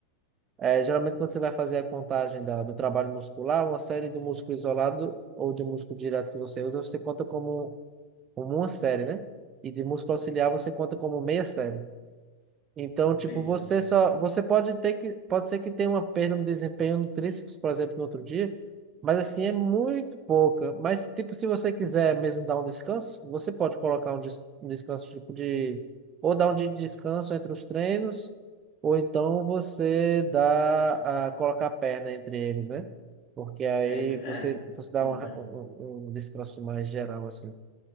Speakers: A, on the right; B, on the left.
A: é, geralmente quando você vai fazer a contagem da, do trabalho muscular, uma série de músculo isolado ou de músculo direto que você usa, você conta como como uma série, né? E de músculo auxiliar você conta como meia série. Então, tipo,
B: Entendi.
A: você só, você pode ter que, pode ser que tenha uma perda no desempenho no tríceps, por exemplo, no outro dia, mas assim é muito pouca. Mas tipo, se você quiser mesmo dar um descanso, você pode colocar um, des- um descanso tipo de ou dar um dia de descanso entre os treinos, ou então você dá a colocar a perna entre eles, né? Porque aí
B: É, ent-
A: você
B: é,
A: você dá
B: é, entendi.
A: um, um, um descanso mais geral assim.